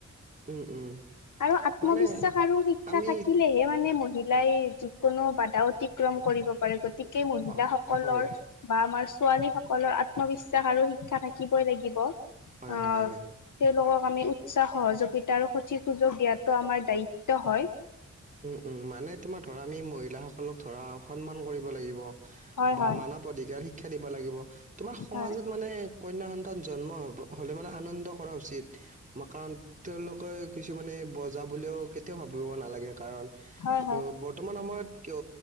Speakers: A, on the right; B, on the left.
A: উম উম
B: আৰু আত্মবিশ্বাস
A: মানে
B: আৰু শিক্ষা
A: আমি
B: থাকিলেহে মানে ম মহিলাই যিকোনো বাধা অতিক্ৰম কৰিব পাৰে। গতিকে মহিলা
A: হয়
B: সকলৰ
A: হয়
B: বা আমাৰ ছোৱালী সকলৰ আত্মবিশ্বাস আৰু শিক্ষা থাকিবই লাগিব অ
A: হয় হয়
B: সেই ল আমি উৎসাহ সহযোগিতা আৰু সঠিক সুযোগ দিয়াতো আমাৰ দায়িত্ব হয়
A: উম উম মানে তোমাৰ ধৰা আমি মহিলা সকলক ধৰা সন্মান কৰিব লাগিব
B: হয়
A: বা
B: হয়
A: মানৱ অধিকাৰ শিক্ষা দিব লাগিব তোমাৰ সমাজত
B: হয়
A: মানে কন্যা সন্তান জন্ম হ'ব হ'লে মানে আনন্দ কৰা উচিত। কাৰণ তেওঁলোকে কিছুমানে বজা বুলিও কেতিয়াও ভাবিব নালাগে কাৰণ অ,
B: হয়
A: বৰ্তমান সময়ত কিয়